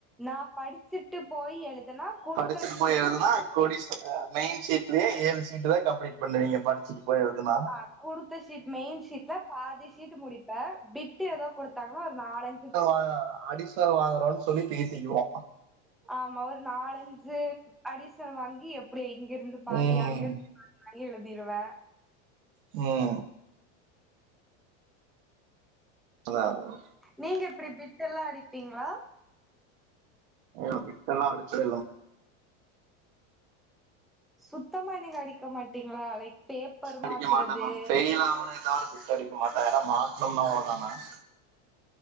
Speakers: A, in the centre; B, on the right.
A: நா படிச்சுட்டு போய் எழுதுனா குடு
B: படிச்சிட்டு போய் எழுதுனா கோடீஸ்வர மெயின் சீட்லயே ஏழு சீட் தா கம்ப்ளீட் பண்ணுவீங்க படிச்சுட்டு போய் எழுதுன
A: ஆ குடுத்த ஷீட் மெயின் ஷீட்ல பாதி ஷீட் முடிப்பே விட்டு ஏதோ குடுத்தாங்கன்னா ஒரு நாலஞ்சு
B: ஆ அடி ஷனல் வாங்குறோம்ன் சொல்லி பேசிக்குவோ
A: ஆமா ஒரு நாலஞ்சு அடிஷன்ல் வாங்கி எப்டி இங்க இருந்து பாதியா
B: ம்
A: அங்கிரு நா நெறைய எழுதிருவ
B: ம் அதா தா
A: நீங்க எப்டி பிட் எல்லா அடிப்பீங்களா
B: ஆ பிட் எல்லா அடிச்சதில்ல மா
A: சுத்தமா நீங்க அடிக்க மாட்டங்களா லைக் பேப்பர்
B: அடிக்க
A: மாத்துறது
B: மாட்ட மேம் பெயில் ஆவனே தவிர பிட் அடிக்க மாட்ட ஏன்னா மாட்னோம்ன அவ்ளோவுதா மேம்